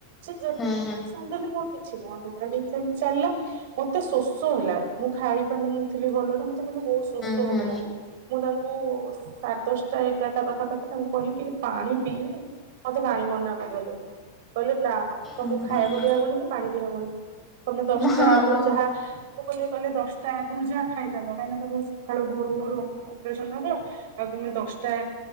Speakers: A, on the right (about 65°); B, on the left (about 20°).
A: ସେ ଯେତେ।
B: ହୁଁ ହୁଁ
A: ଇଞ୍ଜେକ୍ସନ ଦେଲେ ମୋର କିଛି ବନ୍ଦ ହେଲାନି ସେମିତି ଚାଲିଲା। ମତେ ଶୋଷ ହେଲା ମୁଁ ଖାଇପାରୁନଥିଲି ଭଲରେ ମତେ କିନ୍ତୁ ବହୁତ ଶୋଷ
B: ହୁଁ ହଁ ହ୍ୟାଲୋ। ହୁଁ ହୁଁ ହୁଁ ହୁଁ ହୁଁ। ହୁଁ ହୁଁ
A: ହଉଥିଲା।
B: ହୁଁ
A: ମୁଁ ତାଙ୍କୁ ସାଢେ ଦଶଟା ଏଗାରଟା ପାଖାପାଖି ତାଙ୍କୁ କହିଲି ଟିକେ ପାଣି ପିଇବି। ମତେ ପାଣି ମନା କରିଦେଲେ କହିଲେ ନା ତମକୁ
B: ହୁଁ
A: ଖାଇବାକୁ ଦିଆହବନି କି ପାଣି ଦିଆହବନି। ତମେ ଦଶଟା
B: ମା ହଁ
A: ଆଗରୁ
B: ହଁ
A: ଯାହା ମୁଁ କହିଲି କହିଲେ ଦଶଟା ଆଗରୁ ଯାହା ଖାଇଥାନ୍ତ କାହିଁକି ନା ତମର ସକାଳୁ ଭୋରୁ ଭୋରୁ ପ୍ରେ ସନ୍ ହବ ଆଉ ତମେ ଦଶଟା